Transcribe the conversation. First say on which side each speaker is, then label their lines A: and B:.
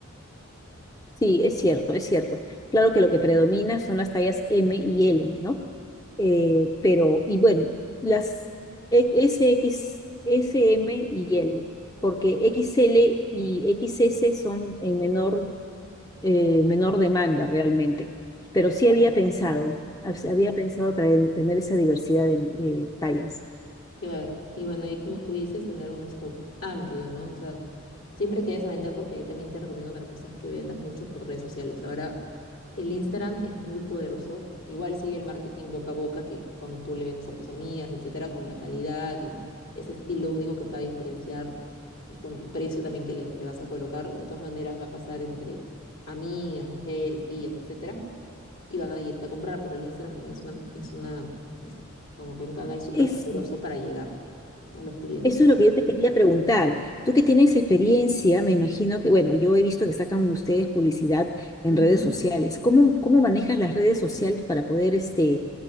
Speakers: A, on the left; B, on the left.
A: Sí, es cierto, es cierto. Claro que lo que predomina son las tallas M y L, ¿no? Eh, pero, y bueno, las e- S X, S, M y L, porque X L y X S son en menor, eh, menor demanda realmente. Pero sí
B: Claro.
A: había pensado, hab- había pensado traer- tener esa diversidad de, de tallas.
B: Claro, y bueno, ahí como tú dices, tener un stock amplio, ¿no? O sea, siempre que vayas a vender, porque ahí también te recomiendo otra cosa, es que vendas mucho por redes sociales. Ahora, el Instagram es muy poderoso, igual sigue el marketing boca a boca, que cuando tú le vendes a tus amigas, etcétera, con la calidad y ese estilo único que te va a diferenciar y con tu precio también que le, le vas a colocar, de todas maneras va a pasar entre amigas, mujeres, tías, etcétera y van a irte a comprar, pero el Instagram también es una, es una, es como que un canal súper
A: Eso.
B: poderoso para llegar a los clientes.
A: Eso es lo que yo te quería preguntar. Tú que tienes experiencia, me imagino que, bueno, yo he visto que sacan ustedes publicidad en
B: Ujú.
A: redes sociales. ¿Cómo, cómo manejas las redes sociales para poder este,